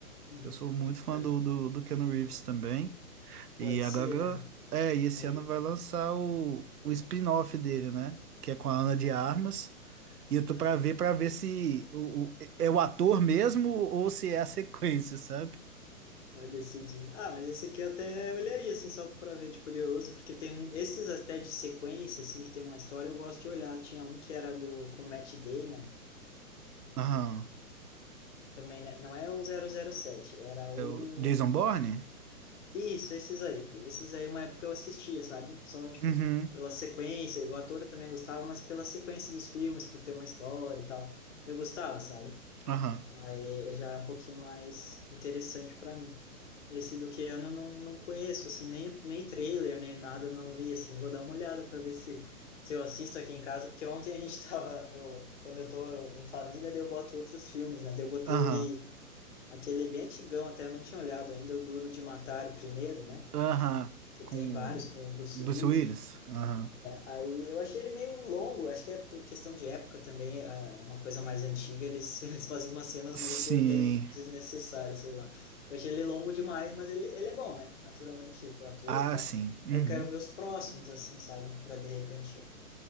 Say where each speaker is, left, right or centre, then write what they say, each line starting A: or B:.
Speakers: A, on the left (about 50°); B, on the right (about 80°).
A: uhum.
B: Eu sou muito fã
A: É,
B: do, do, do Keanu Reeves também. E
A: Pode
B: agora,
A: ser, né?
B: é, e esse
A: Aí,
B: ano vai lançar o, o spin-off dele, né? Que é com a Ana de Armas. E eu tô
A: aham.
B: pra ver, pra ver se o, o- é o ator mesmo ou se é a sequência, sabe?
A: Vai decidir. Ah, mas esse aqui eu até olharia, assim, só pra ver de curioso, porque tem um, esses até de sequência, assim, que tem uma história, eu gosto de olhar. Tinha um que era do, com o Matt Damon,
B: Aham.
A: também, né? Não é o zero zero sete era
B: É
A: o...
B: o Jason Bourne?
A: Isso, esses aí. Esses aí, uma época eu assistia, sabe? Só, tipo,
B: Uhum.
A: pela sequência, o ator eu também gostava, mas pela sequência dos filmes, por ter uma história e tal. Eu gostava, sabe?
B: Aham.
A: Aí já é um pouquinho mais interessante para mim. Esse do Keanu eu não, não conheço, assim, nem, nem trailer, nem nada, não vi, assim. Vou dar uma olhada para ver se, se eu assisto aqui em casa, porque ontem a gente <laughs> tava, eu, quando eu tô em família, daí eu boto outros filmes, né? Daí eu botei
B: Aham.
A: ali aquele bem antigão, até eu não tinha olhado ainda, o Duro de Matar, o primeiro, né?
B: Aham.
A: Que
B: Com
A: tem vários
B: o
A: com o Bruce
B: Bruce
A: Willis.
B: Willis? Aham.
A: Aí eu achei ele meio longo, acho que é por questão de época também, ah, é uma coisa mais antiga, eles, <laughs> eles faziam umas cenas
B: Sim.
A: meio que até desnecessárias, sei lá. Eu achei ele longo demais, mas ele, ele é bom, né? Naturalmente, o ator
B: Ah,
A: e tal.
B: sim. Uhum.
A: Eu quero ver os próximos, assim, sabe? Para de repente.